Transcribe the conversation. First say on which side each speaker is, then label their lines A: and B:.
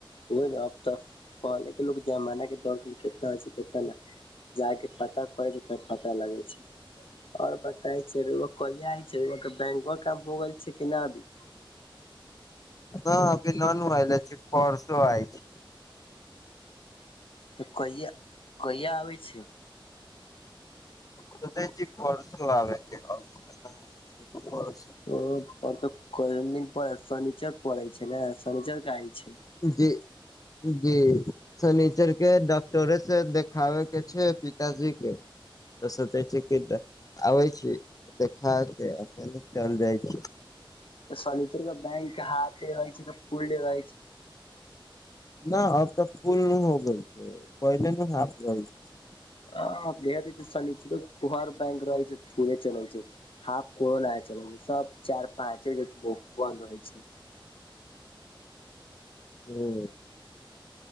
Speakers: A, on the left; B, on the left.
A: ओ अब तऽ पहले के लोक जमाना के दस धुर कितना हो छै कितना नहि। जायक पता करै छै तब पता लगै छै। आओर बताय छै कहिया हय छै बैंकबा काम हो गेल छै कि नहि
B: हभी ननु आयले छै परसो आयल छै।
A: तऽ कहिआ-कहिआ आबै छी।
B: सोचय छी परसू आबय केँ हम।
A: ओ त कोन दिन परय शनिचर परय छै न शनिचर के आइ छी।
B: जी जी। शनीचर के डॉक्टरे से देखाबे के छै पिताजी के। तऽ सोचै छी कि आबै छी देखा के फेरो चल जाइ छी।
A: सर्नीचर के बैंक हाफे रहै छै कि फुल डे रहै छै
B: ना अब तऽ फुल नो हो गेलै छै, पहिल न हाफ रहै छै।
A: <unintelligible> बैंक रहै छै फुल चढ़इ छै। हाफ को लागै छल सब चार पाँचे बक बन्द होइ छै। <unintelligible>
B: हूँ।